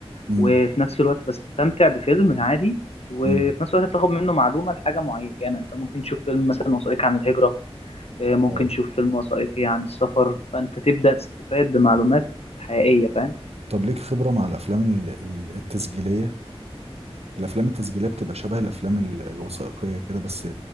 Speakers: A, on the right; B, on the left.
A: امم
B: وفي نفس الوقت بستمتع بفيلم عادي وفي
A: امم
B: نفس الوقت بتاخد منه معلومة لحاجة معينة انت ممكن تشوف فيلم مثلا وثائقي عن الهجرة آه، ممكن
A: اه
B: تشوف فيلم وثائقي عن السفر فانت تبدأ تستفاد بمعلومات حقيقية فاهم
A: طب ليك خبرة مع الأفلام ال- ال- التسجيلية الأفلام التسجيلية بتبقى شبه الأفلام ال- الوثائقية كده بس